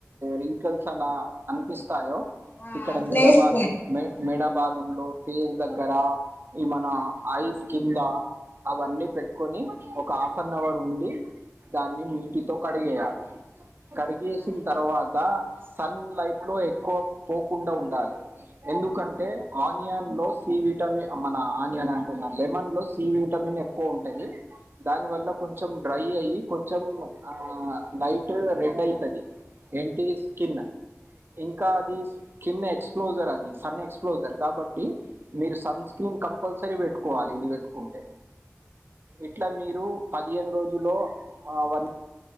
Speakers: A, on the right; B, on the left.
A: రింకల్స్ అలా అనిపిస్ స్తాయో
B: ఆ
A: ఇక్కడ
B: ప్లేస్
A: మెడ భాగం
B: కు పెట్టుకోవాలా
A: మే మెడ భాగంలో ఫేస్ దగ్గర ఈ మన ఐస్ కింద అవన్నీ పెట్టుకొని ఒక హాఫ్ ఆన్ అవర్ ఉండి దాన్ని నీటి తో కడిగేయాలే కడిగేసిన
B: ఆ
A: తర్వాత సన్ లైట్ లో ఎక్కువ పోకుండా ఉండాలి ఎందుకంటే ఆనియన్ లో సి విటమిన్ మన ఆనియన్ అంటున్న లెమన్ లో సి విటమిన్ ఎక్కువ ఉంటది దాని వల్ల కొంచెం డ్రై అయ్యి కొంచెం ఆ లైట్ రెడ్ అయితది ఎంటి స్కిన్ ఇంకా అది చిన్న ఎక్స్ప్లోజర్ అది సన్ ఎక్స్ప్లోజర్ కాబట్టి మీరు సన్ స్క్రీన్ కంపల్సరీ పెట్టుకోవాలి ఇది పెట్టుకుంటే ఇట్లా మీరు పదిహేను రోజులో అ వన్